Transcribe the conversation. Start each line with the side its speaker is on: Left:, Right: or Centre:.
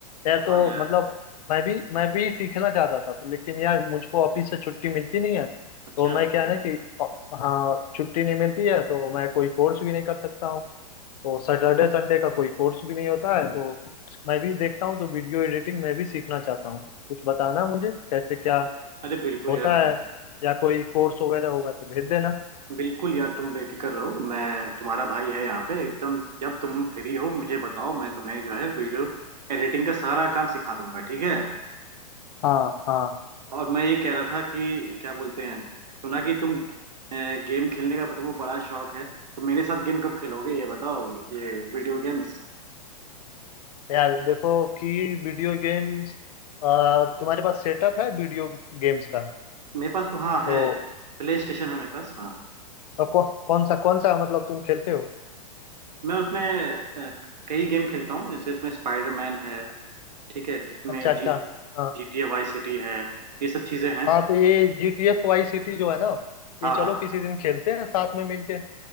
Left: यार
Right: हाँ
Left: तो
Right: यार
Left: मतलब मैं भी मैं भी सीखना चाहता था तो लेकिन यार मुझको ऑफिस से छुट्टी मिलती नहीं है तो
Right: अच्छा
Left: मैं क्या है ना कि अ, हाँ छुट्टी नहीं मिलती है तो मैं कोई कोर्स भी नहीं कर सकता हूँ तो सैटरडे संडे का कोई कोर्स भी नहीं होता है तो मैं भी देखता हूँ तो वीडियो एडिटिंग मैं भी सीखना चाहता हूँ कुछ बताना मुझे कैसे क्या
Right: अरे बिल्कुल
Left: होता
Right: यार बिल्कुल
Left: है या कोई कोर्स वगैरह होगा तो भेज देना
Right: बिल्कुल यार तुम बेफिक्र रहो मैं तुम्हारा भाई है यहाँ पे एकदम जब तुम फ्री हो मुझे बताओ मैं तुम्हें जो है वीडियो एडिटिंग का सारा काम सिखा दूंगा ठीक है
Left: हाँ हाँ
Right: और मैं ये कह रहा था कि क्या बोलते हैं सुना कि तुम गेम खेलने का तुमको बड़ा शौक है तो मेरे साथ गेम कब खेलोगे ये बताओ ये वीडियो गेम्स
Left: यार देखो कि वीडियो गेम्स तुम्हारे पास सेटअप है वीडियो गेम्स का
Right: मेरे पास तो हाँ
Left: तो
Right: है प्ले स्टेशन है मेरे पास हाँ
Left: अ, कौ, कौन सा कौन सा मतलब तुम खेलते हो
Right: मैं उसमें अ, कई गेम खेलता हूँ जैसे उसमें स्पाइडरमैन है ठीक है उसमें
Left: अच्छा अच्छा
Right: G
Left: हाँ
Right: G T A Vice City है ये सब चीजें हैं
Left: हाँ तो ये जी टी एफ वाई सिटी जो है ना ये
Right: हाँ
Left: चलो
Right: हाँ
Left: किसी दिन खेलते हैं साथ में मिलके